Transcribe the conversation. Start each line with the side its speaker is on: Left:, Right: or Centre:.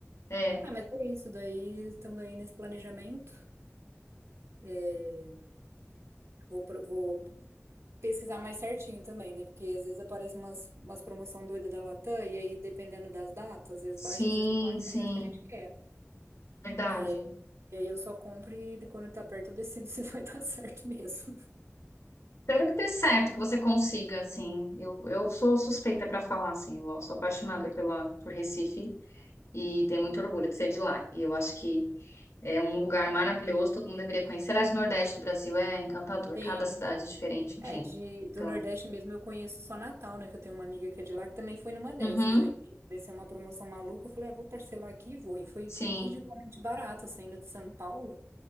Left: É,
Right: Ah, mas é isso daí também nesse planejamento. É, Vou, pro- vou pesquisar mais certinho também, né? Porque às vezes aparece umas, umas promoção doida da Latam, e aí dependendo das datas, às vezes
Left: sim,
Right: bate, às vezes não bate
Left: sim,
Right: com a data que a gente quer.
Left: verdade.
Right: É, e aí eu só compro e quando tá perto eu decido <laughs> se vai dar certo mesmo.
Left: Espero que dê certo, que você consiga, assim. Eu, eu sou suspeita para falar, assim. Eu sou apaixonada pela, por Recife e tenho muito orgulho de ser de lá. E eu acho que É um lugar maravilhoso, todo mundo deveria conhecer. Aliás, o Nordeste do Brasil é encantador,
Right: Sim,
Left: cada cidade é diferente, enfim.
Right: É, de, do
Left: Então,
Right: Nordeste mesmo eu conheço só Natal, né? Que eu tenho uma amiga que é de lá que também foi numa dessas
Left: uhum,
Right: aí. Que apareceu uma promoção maluca. Eu falei, ah, vou parcelar aqui e vou. E foi
Left: sim.
Right: ridiculamente barata saindo de São Paulo.